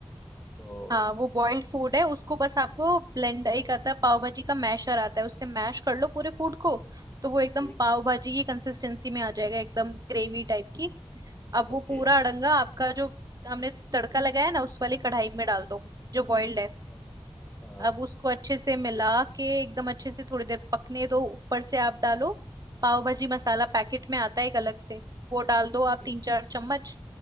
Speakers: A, on the left; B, on the right.
A: तो
B: हाँ वो बॉइल्ड फूड है उसको बस आपको ब्लेंड एक आता है पाव भाजी का मैशर आता है उससे मैश कर लो पूरे फूड को तो वो एकदम
A: ठीक
B: पाव भाजी की कंसिस्टेंसी में आ जाएगा एकदम ग्रेवी टाइप की अब वो
A: ओके
B: पूरा अड़ंगा आपका जो हमने तड़का लगाया है ना उस वाली कढ़ाई में डाल दो जो बॉइल्ड है
A: हाँ हाँ
B: अब उसको अच्छे से मिला के एकदम अच्छे से थोड़ी देर पकने दो ऊपर से आप डालो पाव भाजी मसाला पैकेट में आता है एक अलग से वो डाल दो आप
A: ठीक
B: तीन चार चम्मच